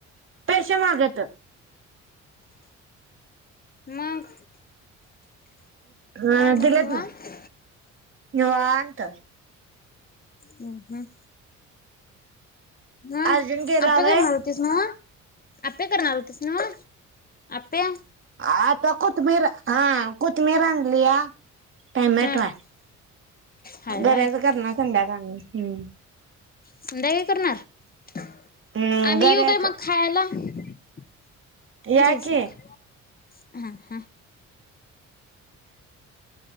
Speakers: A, on the right; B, on the left.
A: पैसे मागत
B: मग,
A: हा
B: काय मग
A: दिलेत
B: निवांत.
A: ना निवांत.
B: हम्म हम्म हा
A: अर्जुन गेला
B: आता
A: व्हय
B: करणार होतीस नव. आता करणार होतीस नव. आत्या
A: आत्ता कोथमीर हा कोथमिर आणल्या. टोमॅटो
B: हा
A: आहे.
B: हाय
A: गऱ्याच
B: व्हय
A: करणार संध्याकाळ हम्म
B: संध्याकाळी करणार
A: हम्म
B: आम्ही
A: गऱ्याच
B: येऊ काय मग खायला. <unintelligible>
A: या
B: जी
A: की
B: सर हा हा